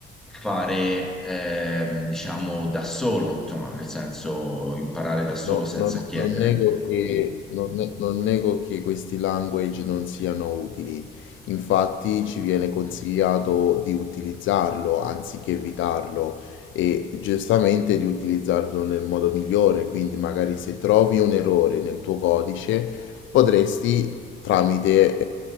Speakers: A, in the centre; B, on the left.
A: fare, ehm, diciamo, da solo, insomma, nel senso imparare da solo
B: No,
A: senza
B: non,
A: chiedere?
B: non nego che, non ne- non nego che questi language non siano utili, infatti ci viene consigliato di utilizzarlo anziché evitarlo e giustamente di utilizzarlo nel modo migliore, quindi magari se trovi un errore nel tuo codice potresti tramite